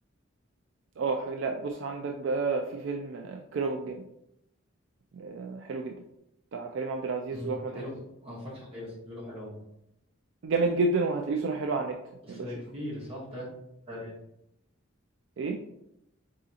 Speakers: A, on the right (about 60°); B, on the right (about 25°).
A: آه ح لأ بُص عندك بقى في فيلم آه، كيرة والجن آآ، حلو جدًا، بتاع كريم عبد العزيز
B: امم
A: وأحمد
B: حلو
A: عز،
B: انا ما اتفرجتش عليه بس بيقولوا حلو
A: جامد جدًا وهتلاقيه صورة حلوة على النت،
B: بس
A: يبقى
B: ده
A: شوفه.
B: كبير صح تلات تقريبا
A: إيه؟